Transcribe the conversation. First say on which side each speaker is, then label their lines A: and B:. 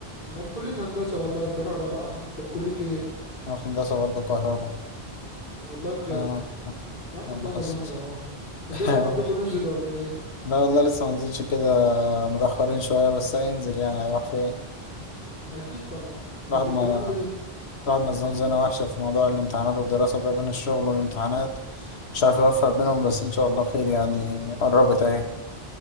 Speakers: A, on the left (about 55°); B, on the left (about 85°).
A: انا في كلية هندسة والله فرقة رابعة انت في كلية ايه
B: انا في هندسة برضه كهرباء
A: والله بجد
B: اه آه،
A: يا عم
B: آه،
A: طلعنا
B: ما حسيت
A: زملاء اهو الجدول
B: <laughs>
A: عندكم نزل ولا ايه
B: لا والله لسه ما نزلش كده متأخرين شوية بس هينزل يعني هيروح فين
A: اكيد طبعا
B: الواحد
A: انت
B: ما
A: بتتعامل ازاي
B: الواحد مزنوق زنقة وحشة في موضوع الامتحانات والدراسة ده بين الشغل والامتحانات مش عارف يوفق بينهم بس ان شاء الله خير يعني قربت اهي